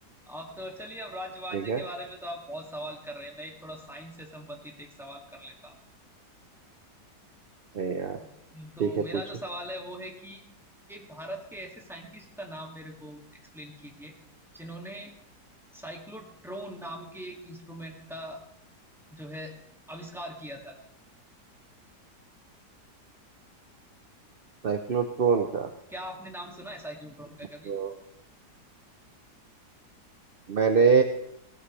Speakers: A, in the centre; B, on the right.
A: आप तो चलिए अब राज्य
B: ठीक है
A: के बारे में तो आप बहुत सवाल कर रहे हैं मैं एक थोड़ा साइंस से संबंधित एक सवाल कर लेता हूँ
B: नहीं यार
A: हम्म, तो
B: ठीक
A: मेरा
B: है पूछो
A: जो सवाल है वो है कि एक भारत के ऐसे साइंटिस्ट का नाम मेरे को एक्सप्लेन कीजिए जिन्होंने साइक्लोट्रॉन नाम के एक इंस्ट्रूमेंट का जो है आविष्कार किया था
B: साइक्लोट्रॉन का
A: क्या आपने नाम सुना है साइक्लोट्रॉन का
B: तो
A: कभी
B: मैंने